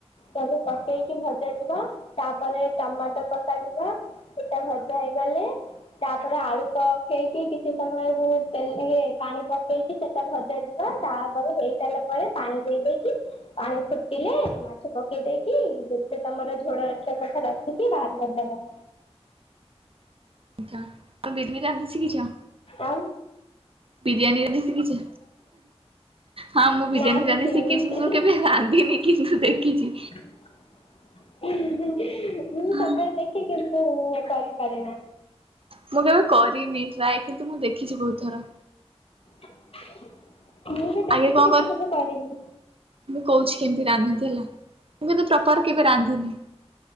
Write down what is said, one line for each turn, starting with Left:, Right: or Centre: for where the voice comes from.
Left: ସବୁ ପକେଇକି ଭଜାଯିବ ତାପରେ ଟମାଟର ପକାଯିବ। ସେଟା ଭଜା ହେଇଗଲେ ତାପରେ ଆଳୁ ପକେଇ କି କିଛି ସମୟକୁ ତେ ଇଏ ପାଣି ପକେଇକି ସେଟା ଭଜା ଯିବ ତାପରେ ହେଇ ସରିଲା ପରେ ପାଣି ଦେଇ ଦେଇକି ପାଣି ଫୁଟିଲେ ମାଛ ପକେଇ ଦେଇକି ଯେତେ ତମର ଝୋଳ ରଖିବା କଥା ରଖିକି ବାହାର କରିଦବ।
Right: ଆଛା ତମେ ବିର୍ମି ରାନ୍ଧି ଶିଖିଛ।
Left: ଆଁ।
Right: ବିରିୟାନୀ ରାନ୍ଧି ଶିଖିଚ ହଁ ମୁଁ ବିରିୟାନୀ
Left: ନା ଶିଖିନି
Right: ରାନ୍ଧି ଶିଖିଛି ମୁଁ କେବେ ରାନ୍ଧିନି କିନ୍ତୁ ଦେଖିଛି।
Left: ମୁଁ ସବୁବେଳେ
Right: ହଁ
Left: ଦେଖେ କିନ୍ତୁ କରିପାରେ ନା।
Right: ମୁଁ କେବେ କରିନି ଟ୍ରାଏ କିନ୍ତୁ ମୁଁ ଦେଖିଛି ବହୁତଥର।
Left: ମୁଁ ବି ଦେଖିଛି
Right: ଆଗେ କଣ
Left: କିନ୍ତୁ
Right: କରେ
Left: କେବେ କରିନି।
Right: ମୁଁ କହୁଛି କେମିତି ରାନ୍ଧନ୍ତି ହେଲା ମୁଁ କିନ୍ତୁ ପ୍ର ତାରେ କେବେ ରାନ୍ଧିନି